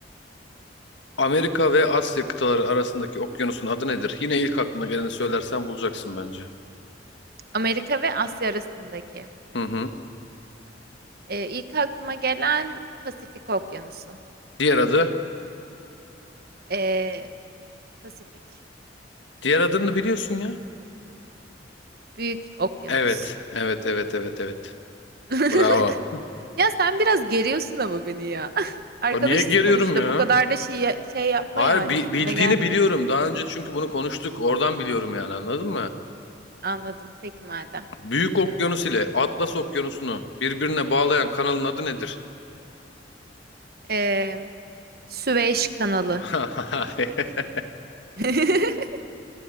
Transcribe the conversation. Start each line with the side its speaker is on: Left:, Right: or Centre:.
Left: Amerika ve Asya kıtaları arasındaki okyanusun adı nedir? Yine ilk aklına geleni söylersen bulacaksın bence.
Right: Amerika ve Asya arasındaki.
Left: Hı hı.
Right: Ee, ilk aklıma gelen Pasifik Okyanusu.
Left: Diğer adı?
Right: Ee, Pasifik.
Left: Diğer adını biliyorsun ya.
Right: Büyük Okyanus.
Left: Evet. Evet evet evet evet.
Right: <laughs>
Left: Bravo.
Right: Ya sen biraz geriyorsun ama beni ya. <laughs> Arkadaşız
Left: O niye geriyorum
Right: sonuçta.
Left: ya?
Right: Bu kadar da şey, şey yapma
Left: Hayır
Right: yani
Left: bi-
Right: üstüme
Left: bildiğini
Right: gelme.
Left: biliyorum. Daha önce çünkü bunu konuştuk. Oradan biliyorum yani anladın mı?
Right: Anladım. Peki madem.
Left: Büyük Okyanus ile Atlas Okyanusu'nu birbirine bağlayan kanalın adı nedir?
Right: Ee, Süveyş Kanalı.
Left: <laughs> Hayır.
Right: <laughs>